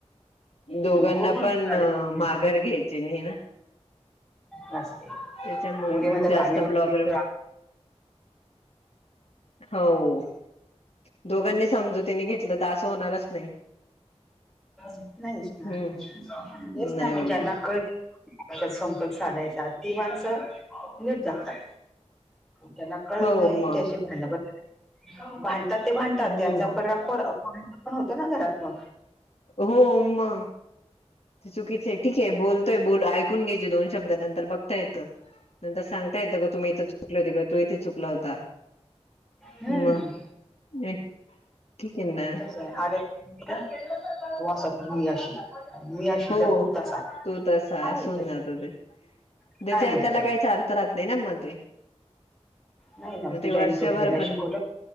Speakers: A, on the left; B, in the centre.
A: दोघांना
B: इगो भरपूर
A: पण
B: आले
A: माघार घ्यायचे नाही ना.
B: नसते
A: त्याच्यामुळे
B: मुली म्हण
A: जास्त
B: आम्ही एवढ
A: प्रॉब्लेम होव, दोघांनी समजूतीने घेतलं तर असं होणारच नाही.
B: नाहीच ना,
A: हम्म
B: तेच
A: नाही
B: ना म
A: होणार
B: ज्यांना कळत कशात संपर्क साधायचा ती माणसं निट जगतात. त्यांना कळत
A: हो
B: नाही,
A: मग
B: त्याअशी भांडा भां भांडतात ते भांडतात
A: हम्म
B: त्यांचा परिणाम पोर पण होत ना घरात मग
A: हो, म ते चुकीच आहे ठीक आहे बोल ते बोल ऐकून घ्यायचे दोन शब्दानंतर बघता येत नंतर सांगता येतं का तुम्ही इथ चुकले होते किं तू इथे चुकला होता.
B: हम्म
A: म हे ठीक आहे ना.
B: <unintelligible> मी अशी
A: हो
B: तर तू तसा
A: तू तसा
B: काय
A: असून
B: याच्यात
A: जात ते. त्याच्या
B: काय मिळतय
A: त्याला काहीच अर्थ राहत नाही ना म ते.
B: नाही ना
A: म
B: तुझ्या
A: ते, वर्षभर
B: आईने तुला हे नाही
A: पण
B: शिकवलं